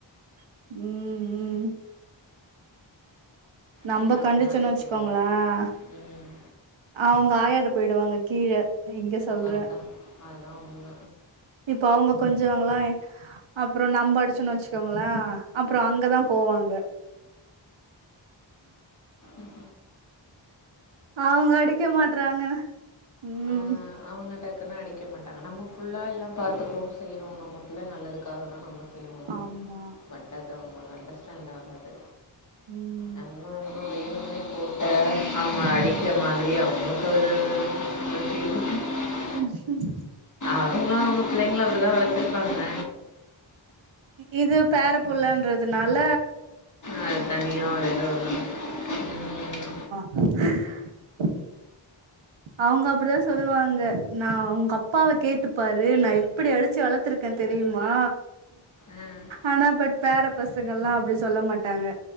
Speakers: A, on the right; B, on the left.
A: ம் ம் நம்ம
B: அதெல்லாம்
A: கண்டுச்சோன்னு
B: மாறிட்டு
A: வச்சுக்கோங்களான்
B: வா ம்
A: அவங்க ஆயட பெய்டுவாங்க கீழே இங்க சொல்றேன்
B: அதா அதா உண்ம
A: இப்ப அவங்க கொஞ்சுவங்களா அப்புறம் நம்ம அடிச்சுன்னு வச்சு க்குங்களா அப்றம் அங்கதான் போவாங்க
B: ம்ம்
A: அவங்க அடிக்க மாட்டறாங்கன்னு உம்
B: ஆ அவங்க அடிக்க மாட்டாங்க நம்ம புள்ள எல்லாம் பாத்துக்கும் செய்றோம் நம்ம புள்ள நல்லதுக்காக தான் நம்ம ம்
A: ஆமா
B: பட் அது அவங்களுக்கு அண்டஸ்டேண்டு ஆகுது
A: ம்
B: நம்மு என்னமோ வேணும்னே போட்டு அவங்க
A: ஆமா
B: அடி க்குற மாதிரியே அவங்களுக்கு ஒரு <unintelligible>
A: ம்க்ம்
B: அதுன்னா அவுங்க பிள்ளைங் எல்லா அப்புடிதா வளத்துருப்பாங்க
A: இது பேரப்புள்ளன்றதுனால
B: அ தனியா ஒரு இது வருமுள்ள ம்
A: <unintelligible> அவங்க அப்புடிதா சொல்லுவாங்க நா உங்க அப்பாவ கேட்டுப்பாரு நா எப்புடி அடுச்சு வளர்த்துருக்க தெரியுமா
B: ம்
A: ஆனா பட் பேற பசங்கள்லா அப்புடி சொல்ல மாட்டாங்க